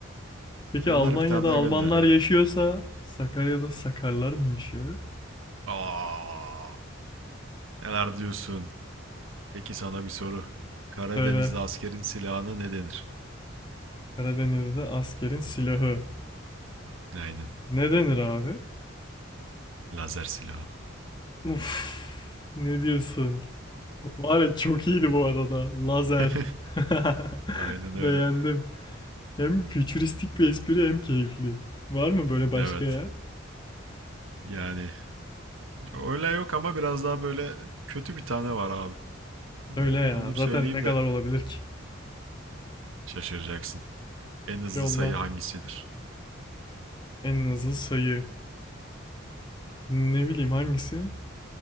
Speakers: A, on the left; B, on the right.
A: Peki
B: Gönder
A: Almanya'da
B: bir tane daha
A: Almanlar
B: gönder ya.
A: yaşıyorsa Sakarya'da Sakarlar mı yaşıyor?
B: Aa, Neler diyorsun? Peki sana bir soru. Karadenizli
A: Söyle.
B: askerin silahına ne denir?
A: Karadeniz'de askerin silahı.
B: Aynen.
A: Ne denir abi?
B: Lazer silahı.
A: Uf, ne diyorsun? Var ya çok iyiydi bu arada. Lazer.
B: <laughs>
A: <laughs>
B: Aynen
A: Beğendim.
B: öyle.
A: Hem fütüristik bir espri hem keyifli. Var mı böyle başka
B: Evet.
A: ya?
B: Yani öyle yok ama biraz daha böyle kötü bir tane var abi. Böyle,
A: Söyle ya.
B: onu bir
A: Zaten
B: söyleyeyim
A: ne kadar
B: de
A: olabilir ki?
B: şaşıracaksın. En hızlı
A: Yolla.
B: sayı hangisidir?
A: En hızlı sayı. Ne bileyim hangisi?